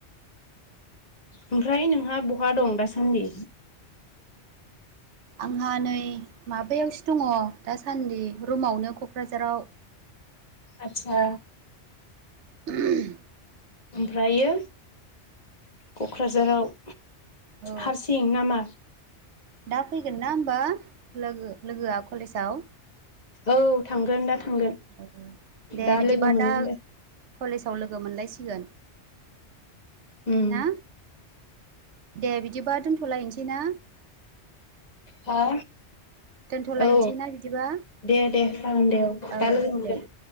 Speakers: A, on the left; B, on the right.
A: ओमफ्राय नोंहा बहा दं दासान्दि?
B: आंहा नै माबायावसो दङ दासान्दि रुमावनो क'क्राझाराव।
A: आतसा।
B: <unintelligible>
A: ओमफ्रायो क'क्राझाराव
B: औ
A: हारसिं नामा?
B: दा फैगोन ना होमबा लोगो-लोगोआ कलेजाव?
A: औ थांगोन दा था गोन
B: औ दे
A: दा
B: बिदिबा
A: लोगो मोनगोन
B: दा
A: दे।
B: कलेजाव लोगो मोनलायसिगोन
A: उम।
B: ना दे बिदिबा दोनथ'लायनोसै ना।
A: हा
B: <inaudible> दोनथ'लायनोसै
A: औ
B: ना बिदिबा?
A: दे दे जागोन दे
B: औ
A: दा लोगो मोनगोन
B: दे